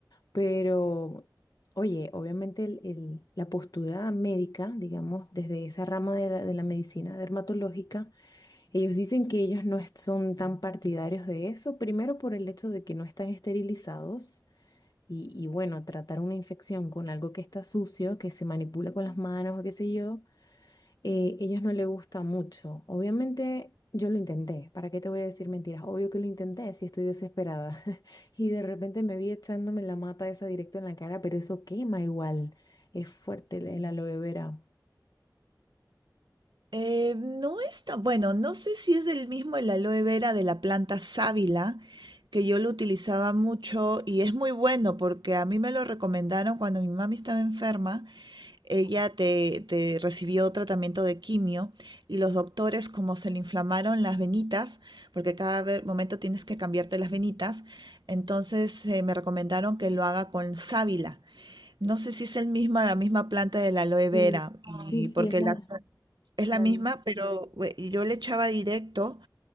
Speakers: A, on the left (about 60°); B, on the right (about 85°).
A: Pero, oye, obviamente el- el- la postura médica, digamos, desde esa rama de la de la medicina dermatológica, ellos dicen que ellos no es- son tan partidarios de eso, primero por el hecho de que no están esterilizados y, y bueno, tratar una infección con algo que está sucio, que se manipula con las manos o qué sé yo, eh, ellos no les gusta mucho. Obviamente yo lo intenté, ¿para qué te voy a decir mentiras? Obvio que lo intenté, si estoy desesperada <laughs> y de repente me vi echándome la mata esa directo en la cara, pero eso quema igual, es fuerte el el aloe vera.
B: Eh, no está, bueno, no sé si es del mismo el aloe vera de la planta sábila, que yo lo utilizaba mucho y es muy bueno porque a mí me lo recomendaron cuando mi mami estaba enferma, ella te, te recibió tratamiento de quimio y los doctores como se le inflamaron las venitas, porque cada ve- momento tienes que cambiarte las venitas, entonces eh, me recomendaron que lo haga con sábila. No sé si es el mismo, la misma planta de la aloe vera
A: Sí, sí,
B: y porque
A: sí, es la...
B: las es la
A: la...
B: misma, pero bue- yo le echaba directo